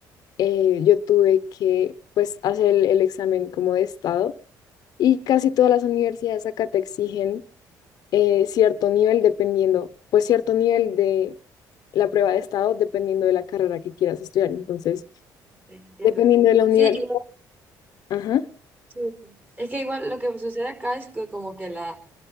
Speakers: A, on the left; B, on the right.
A: eh, yo tuve que pues hacer el el examen como de estado. Y casi todas las universidades acá te exigen eh, cierto nivel dependiendo, pues cierto nivel de la prueba de estado dependiendo de la carrera que quieras estudiar. Entonces,
B: entiendo.
A: dependiendo de la universidad,
B: Sí, igual,
A: ajá,
B: sí. Es que igual lo que sucede acá es que como que la,